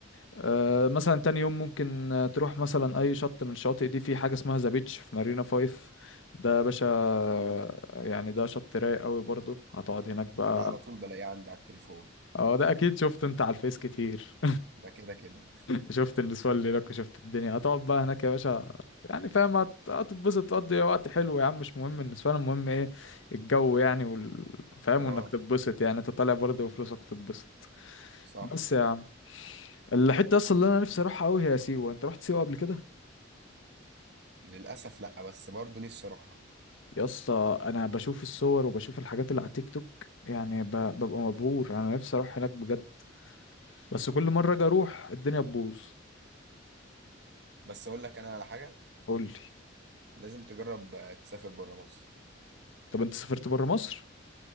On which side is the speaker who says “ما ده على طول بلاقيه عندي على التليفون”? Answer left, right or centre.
Right